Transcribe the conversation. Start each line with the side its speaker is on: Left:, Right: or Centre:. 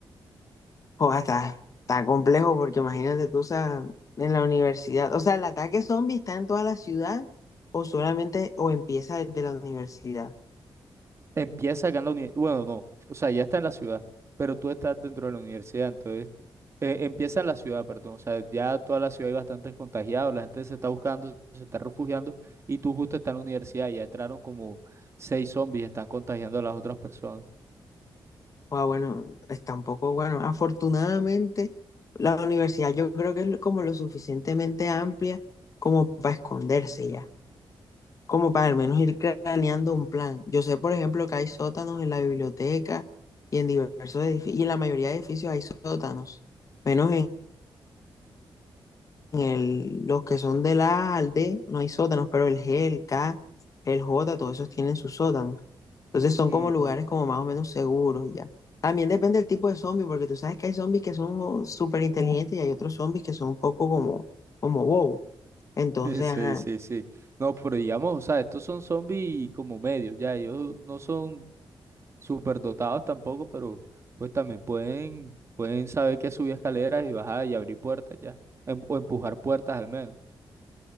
Left: Joder, está, está complejo porque imagínate tú, o sea, en la universidad, o sea, ¿el ataque zombie está en toda la ciudad o solamente o empieza desde la universidad?
Right: Empieza acá en la universidad, bueno, no, o sea, ya está en la ciudad, pero tú estás dentro de la universidad, entonces eh, empieza en la ciudad, perdón, o sea, ya toda la ciudad hay bastantes contagiados, la gente se está buscando, se está refugiando y tú justo estás en la universidad y ya entraron como seis zombies, están contagiando a las otras personas.
Left: O bueno, está un poco, bueno, afortunadamente la universidad yo creo que es como lo suficientemente amplia como para esconderse ya. como para al menos ir craneando un plan. Yo sé, por ejemplo, que hay sótanos en la biblioteca y en diversos edificios, y en la mayoría de edificios hay sótanos, menos en, en el, los que son del A al D, no hay sótanos, pero el G, el K, el J, todos esos tienen sus sótanos. Entonces son
Right: Ujú.
Left: como lugares
Right: <laughs>
Left: como más o menos seguros ya. También depende del tipo de zombie, porque tú sabes que hay zombies que son súper inteligentes y hay otros zombies que son un poco como, como bobos. Entonces,
Right: Sí,
Left: ajá,
Right: sí, sí. No, pero digamos, o sea, estos son zombies como medios, ya, ellos no son súper dotados tampoco, pero pues también pueden, pueden saber que subir escaleras y bajar y abrir puertas ya, em- o empujar puertas al menos.